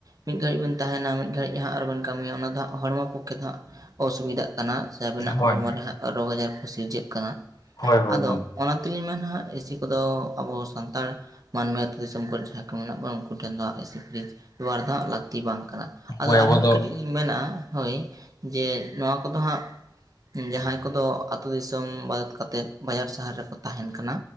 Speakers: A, on the right; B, on the left.
A: ᱢᱤᱫ ᱜᱷᱟᱹᱲᱤᱡ ᱵᱮᱱ ᱛᱟᱦᱮᱱᱟ, ᱢᱤᱫ ᱜᱷᱟᱹᱲᱤᱡ ᱦᱟᱸᱜ ᱟᱨᱵᱮᱱ ᱠᱟᱹᱢᱤᱭᱟ, ᱚᱱᱟ ᱫᱚ ᱦᱟᱸᱜ ᱦᱚᱲᱢᱚ ᱯᱚᱠᱠᱷᱮ ᱫᱚ ᱦᱟᱸᱜ ᱚᱥᱩᱵᱤᱫᱟᱜ ᱠᱟᱱᱟ ᱥᱮ ᱟᱵᱤᱱᱟᱜ
B: ᱦᱳᱭ
A: ᱦᱚᱲᱢᱚ ᱨᱮ ᱨᱳᱜᱽ ᱟᱡᱟᱨ ᱠᱚ ᱥᱤᱨᱡᱟᱹᱜ ᱠᱟᱱᱟ᱾
B: ᱦᱳᱭ ᱦᱳᱭ
A: ᱟᱫᱚ
B: ᱜᱚᱝ
A: ᱚᱱᱟ ᱛᱮᱞᱤᱧ ᱢᱮᱱᱟ ᱦᱟᱸᱜ ᱮᱥᱤ ᱠᱚᱫᱚ ᱟᱵᱚ ᱥᱟᱱᱛᱟᱲ ᱢᱟᱹᱱᱢᱤ ᱟᱹᱛᱳ ᱫᱤᱥᱚᱢ ᱠᱚᱨᱮ ᱡᱟᱦᱟᱸᱭ ᱠᱚ ᱢᱮᱱᱟᱜ ᱵᱚᱣᱟ ᱩᱱᱠᱩ ᱴᱷᱮᱱ ᱫᱚ ᱦᱟᱜ ᱮᱥᱤ ᱯᱷᱨᱤᱡᱽ ᱵᱮᱵᱚᱦᱟᱨ ᱫᱚ ᱦᱟᱸᱜ ᱞᱟᱹᱠᱛᱤ ᱵᱟᱝ ᱠᱟᱱᱟ᱾ ᱟᱫᱚ
B: ᱦᱳᱭ ᱟᱵᱚ
A: ᱟᱨᱦᱚᱸ
B: ᱫᱚ
A: ᱠᱟᱹᱴᱤᱡ ᱞᱤᱧ ᱢᱮᱱᱟ ᱦᱳᱭ, ᱡᱮ ᱱᱚᱣᱟ ᱠᱚᱫᱚ ᱦᱟᱸᱜ ᱡᱟᱦᱟᱸᱭ ᱠᱚᱫᱚ ᱟᱹᱛᱩ ᱫᱤᱥᱚᱢ ᱵᱟᱫᱽ ᱠᱟᱛᱮᱜ ᱵᱟᱡᱟᱨ ᱥᱟᱦᱟᱨ ᱨᱮᱠᱚ ᱛᱟᱦᱮᱱ ᱠᱟᱱᱟ᱾